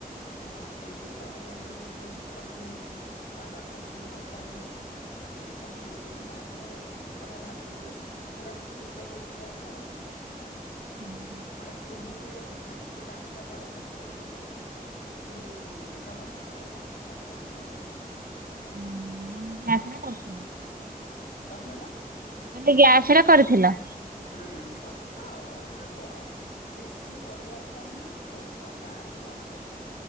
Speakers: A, on the left (about 90°); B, on the right (about 70°).
A: ଅ, ଦେଇ ଦେଇ ଦେଇକି ଆମର ଇଆଡେ ବି ଏଇ ଯୋଉ ଖଲି ଉଁ, ଶାଳୁଆ ଖଲି କଞ୍ଚା ମିଳେ। ଦି ତିନିଟା ଥୋଇ ଦେଇକି ତାପରେ ପିଠାଟା ଢାଳି ଦେଇକି ପୁରା ସିମ୍ କରିଦେନି ଗ୍ୟାସ ଆଉ।
B: ହୁଁ।
A: ଆମ ଚୁଲି ଫୁଲି ଏଠି ନାଇଁ, ଏଠି କାଠ ଜାଳ ଭଉତୁ ରେଟ୍ ବୋଲି ଏଠି ଚୁଲି ନାହିଁ, ଜଙ୍ଗଲ ଫଙ୍ଗଲ ଏରିଆ ନୁହଁ ତ ସେଇଥିପାଇଁ ଆଉ।
B: ହୁଁ ମାନେ ଗ୍ୟାସ୍ ରେ କରିଥିଲ?
A: କଣ କହିଲ?
B: ହେଲେ ଗ୍ୟାସ୍ ରେ କରିଥିଲ?
A: ହଁ ଛୋଟ ଆମେ ବଡ଼ ବେଶୀ ପରିବାର ତ ନୁହେଁ, ଛୋ ଟ ଚାରି ଜଣ ଲୋକ।